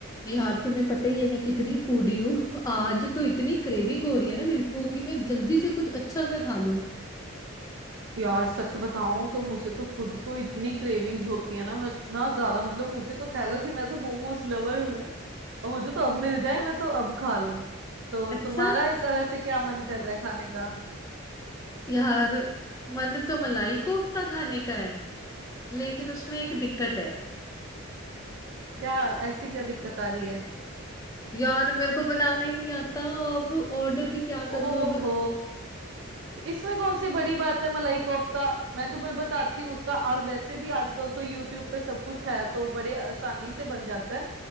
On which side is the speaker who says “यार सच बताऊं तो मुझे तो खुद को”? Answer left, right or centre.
Right